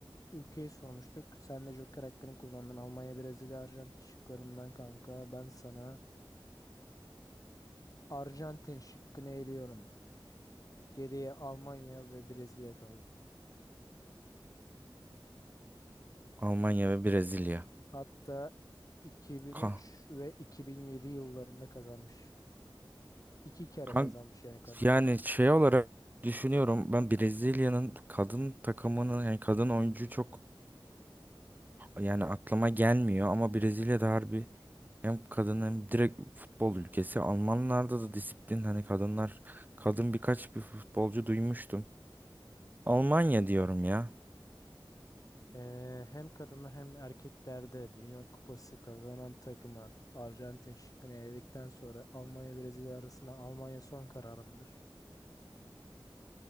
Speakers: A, on the left; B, on the right.
A: ülkeyi sormuştuk. Sen de Joker hakkını kullandın. Almanya, Brezilya, Arjantin şıklarından kanka. Ben sana Arjantin şıkkını eliyorum. Geriye Almanya ve Brezilya kaldı.
B: Almanya ve Brezilya.
A: Hatta 2003
B: Kan,
A: ve 2007 yıllarında kazanmış. İki kere
B: kan-
A: kazanmış yani kadınlar.
B: yani şey olarak düşünüyorum ben Brezilya'nın kadın takımının yani kadın oyuncu çok yani aklıma gelmiyor ama Brezilya'da harbi hem kadın hem direkt futbol ülkesi. Almanlarda da disiplin hani kadınlar kadın birkaç bir futbolcu duymuştum. Almanya diyorum ya.
A: Ee, hem kadınlar hem erkeklerde Dünya Kupası kazanan takıma Arjantin şıkkını eledikten sonra Almanya Brezilya arasında Almanya son kararımdır.